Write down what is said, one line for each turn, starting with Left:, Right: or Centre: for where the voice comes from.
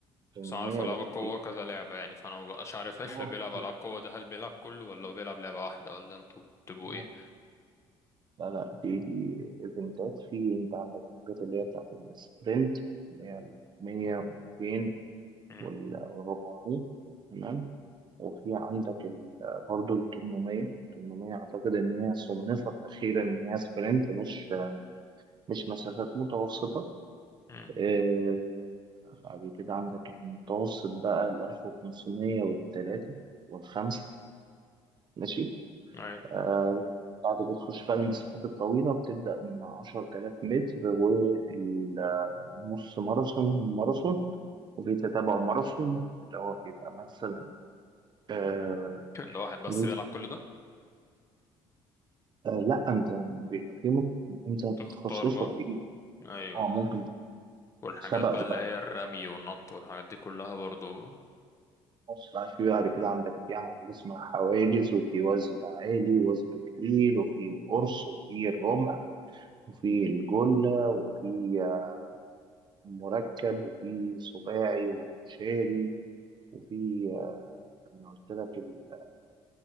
Right: 800
Left: بس أنا أعرف ألعاب
Right: لفت
Left: القوة
Right: ايه
Left: كذا لعبة يعني فأنا مبقاش عارف <laughs> اللي
Right: اه
Left: بيلعب ألعاب قوة ده هل بيلعب كله ولا هو بيلعب لعبة واحدة ولا انتوا بتبقوا
Right: لا
Left: ايه
Right: لا لا، لا، دي دي ايفنتات في انت عندك الحاجات اللي هي بتاعت السبرنت اللي هي ال 100 و 200
Left: مم.
Right: وال 400 تمام وفي عندك ال- برضه ال 800 800 اعتقد ان هي صنفت اخيرا ان هي سبرنت مش مش مسافات متوسطه
Left: مم.
Right: آه، بعد كده عندك المتوسط بقى ال 1500 والثلاثه والخمسه ماشي
Left: أيوة
Right: آه، بعد بتخش بقى المسافات الطويلة بتبدأ من 10000 متر والنص ماراثون والماراثون وفي تتابع ماراثون اللي هو بيبقى مثلا آه
Left: <laughs> ده واحد بس
Right: 100
Left: بيلعب كل ده
Right: آه لا انت بيبقى في مت... انت
Left: تختار
Right: تخصصك
Left: بقى
Right: ايه؟
Left: أيوة
Right: اه ممكن
Left: والحاجات
Right: السبق
Left: بقى اللي
Right: بتاع
Left: هي الرمي والنط والحاجات دي كلها برضو
Right: النص بقى في بعد كده عندك يعني في حاجة اسمها حواجز وفي وثب عالي وثب طويل وفي القرص وفي الرمح وفي الجلة وفي آه، مركب وفي سباعي وشاري وفي آه، انا قلت لك ال-